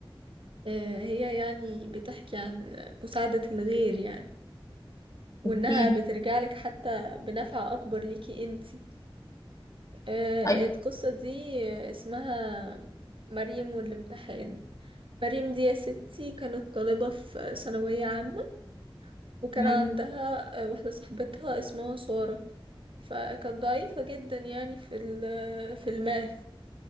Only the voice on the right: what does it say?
آه، هي يعني بتحكي عن مساعدة الغير يعني وإنها
بترجعلك حتى بنفع أكبر ليكي انتي آه،
القصة دي اسمها مريم والامتحان مريم دي يا ستي كانت طالبة في ثانوية عامة وكان
عندها آه، واحدة صاحبتها اسمها سارة فكانت ضعيفة جدا يعني في ال- في الماث